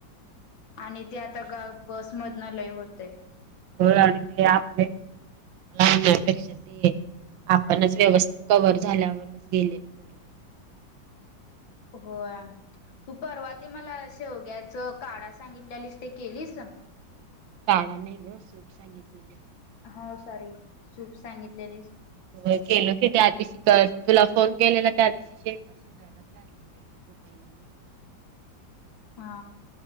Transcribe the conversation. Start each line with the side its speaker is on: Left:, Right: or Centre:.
Left: आणि ते आता ग बसमधन लय होते.
Right: हो आणि ते आपले? लहान होण्यापेक्षा आपणच व्यवस्थित कव्ह झाल्यावरच गेलेल बर <inaudible>
Left: होय तू परवा ते मला शेवग्याच काढा सांगितलेलीस ते केलीस.
Right: काढा नाही ग सूप सांगितलेलं.
Left: हो सॉरी सूप सांगितलेलीस
Right: हो गेलो की त्या आधी <unintelligible> तुला फोन केलेला त्या दिवशी शेजण घातले कुठ म्हण.
Left: हा